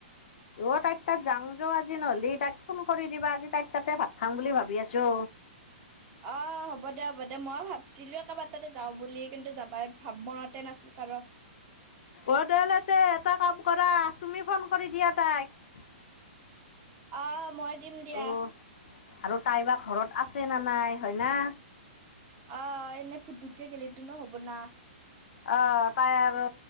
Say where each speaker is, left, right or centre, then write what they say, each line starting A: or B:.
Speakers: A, on the left; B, on the right.
A: অ তাইত তাত যাওঁ য আজি নহলি তাইক ফোন কৰি দিবা আজি তাই তাতে ভাত খাম বুলি ভাবি আছো
B: অ হ'ব দে হ'ব দে মই ভাবছিলো একেবাৰ তাতে যাওঁ বুলি কিন্তু যাবাই ভাব মনতে নাছিল কাৰ
A: অ দলতে এটা কাম কৰা তুমি ফোন কৰি দিয়া তাইক
B: অ মই দিম দিয়া
A: অ' আৰু তাই বা ঘৰত আছে ন নাই হয় ন
B: আহ এনেই ফুটুকে গলেো নো হ'ব না
A: অ তাই আৰু